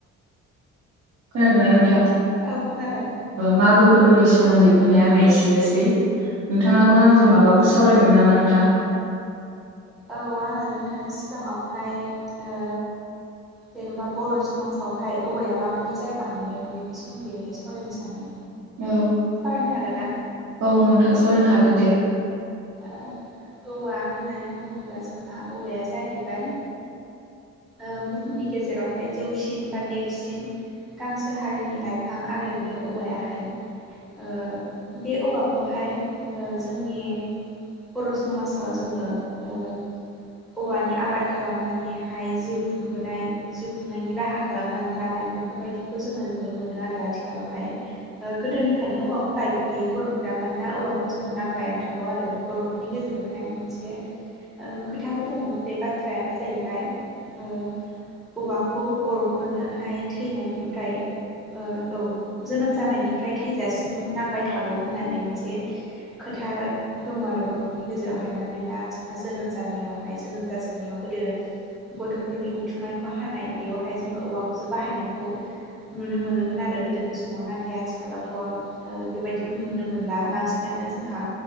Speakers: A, on the right; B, in the centre.
A: खोनादों ना नोंथां?
B: औ खोनादों।
A: ओ मागो फोरबोनि सोमोन्दै बुंनाया आंना एसेनोसै नोंथाङा बो आंजों माबाफोर सावरायनो मोन नामा नोंथां?
B: औ आङो नोंथांनि सिगाङावहाय ओ जेनेबा बर' समाजावहाय औवाया माबायदि जायगा मोनदों बेनि सोमोन्दैहाय सावरायनो सानदों।
A: औ
B: सावरायनो हागोन ना
A: औ नोंथां सावरायनो हागोन दे।
B: ओ औवा होननानै बुङोब्ला जोंहा औवाया जाहैबाय ओ बुहुमनि गेजेरावहाय जौसिन बा देरसिन गांसो हारिनि लाइफां आरो बियो औवायाहाय। ओ बे औवाखौहाय ओ जोंनि बर' समाजाव जोङो ओ औवानि आबाद खालामनानैहाय जिउ खुंबोनाय जिउ खुंनायनि राहा खालामनानै लानाय बेफोरबायदिखौ जोङो नुनो मोनो आरो आथिखालावहाय। गोदोनिफ्रायनो औवाखौ गायबोखायो बर'फोरा मानोना औवाखौ जों नांबायानो थागौ आरो। बर'फोरनि गेजेरावहाय मोनसे ओ खोथाबो दङ बे बाथ्रायानो जाहैबाय ओ औवाखौ बर'फोरनोहाय थैनायनिफ्राय ओ औ जोनोम जानायनिफ्राय थैजासिम नांबाय थागौ होननानै मोनसे खोथा दङ आरो बर'फोरनि गेजेरावहाय मानोना जोंहा जोनोम जानायावहाय जोनोम जाजेननायाव गोदो गथ'फोरनि उथुमायखौ हानाय बेयावहाय जोङो औवाखौसो बाहायनायखौ नुनो मोनोमोन आरो गोदोनि समाव नाथाय आथिखालावथ' ओ बेबायदिखौ नुनो मोनला बांसिनानो जोंहा